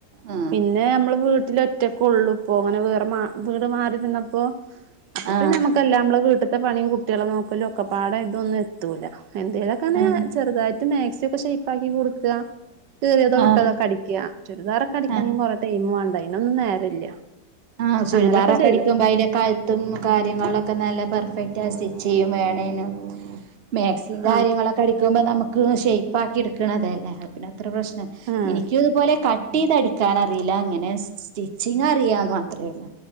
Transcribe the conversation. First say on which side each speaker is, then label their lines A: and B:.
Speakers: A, on the right; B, on the right.
A: ആ
B: പിന്നെ അമ്മള് വീ ട്ടിലൊറ്റക്കൊള്ളു ഇപ്പോ അങ്ങനെ വേറെമാ വീട് മാറി നിന്നപ്പോ അപ്പൊപിന്നെ
A: ആ
B: ഞമ്മക്കല്ലാംമ്മളെ വീ വീട്ട്ത്തെ പണി കുട്ടിയാളെ നോക്കലു ഒക്കപാടെ ഇതൊന്നും എത്തൂല എന്തേലൊക്കെന്ന്
A: ആ
B: ചെറുതായിട്ട് മാക്സിഒക്കെ കൈഷപ്പാക്കി കൊട് ക്കാ കീറിയതോ വിട്ടതോകടിക്ക
A: ആ
B: ചുരിദാറൊക്കെടിക്കണെങ്കി
A: ആ
B: കൊറെ ടൈം വാണ്ടേ അയിനൊന്നും നേരല്ല
A: ആഹ് ചുരിദാറൊക്കെടിക്കുമ്പോ
B: അങ്ങനൊക്കെ ചെയ്തു
A: അയ്ന്റെ കഴുത്തും കാര്യങ്ങളിലൊക്കെ നല്ല പെർഫെക്റ്റ് ആയി സ്റ്റിച്ച്യ്യും വേണേനും മാക്സി ത്തി കാര്യങ്ങളൊക്കെ
B: ആഹ്
A: അടിക്കുമ്പോനമുക്ക് ഷേയ്പ്പാക്കി ഇ ട്ക്ക്ണതല്ലേ പിന്നെ ഇത്ര പ്രശ്നം
B: ആഹ്
A: ഇനിക്കും ഇതുപോലെ കട്ടിത അടിക്കാനറയില്ല ഇങ്ങനെ സ്റ്റിച്ചിങ് അറിയാന്ന് മാ ത്രോള്ളു